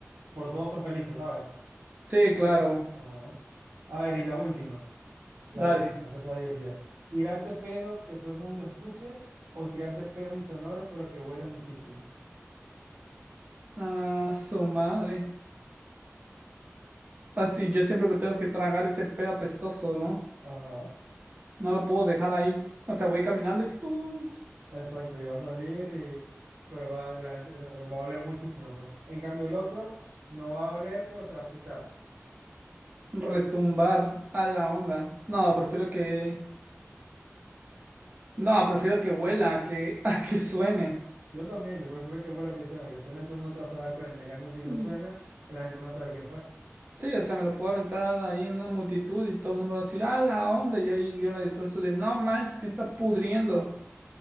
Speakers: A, on the right; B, on the right.
A: Por todos son felices, ¿sabes?
B: Sí,
A: O
B: claro,
A: sea, ajá. A ver, y la última, la
B: dale.
A: última, esta está divertida. Tirarte pedos que todo el mundo escuche o tirarte pedos insonoros pero que huelen muchísimo.
B: Ah, su madre. Así yo siempre me tengo que tragar ese pedo apestoso, ¿no?
A: Ajá,
B: No lo puedo dejar ahí. O sea, voy caminando y ¡fu!
A: exacto, y va a salir y... pero va, la gente- va a oler muchísimo, pues. En cambio el otro no va a oler pero se va a escuchar.
B: retumbar a la onda. No, prefiero que. No, prefiero que huela, a que, <laughs> a que suene.
A: Sí. Yo también, yo prefiero que huela que suene, que suene todo el mundo te vas a dar cuenta. En cambio si no
B: Es-
A: suena, la gente no va a saber quién fue.
B: Sí, o sea, me lo puedo aventar ahí en una multitud y todo el mundo va a decir, a la onda. Y ahí yo la disfrazo de, no manches, que está pudriendo.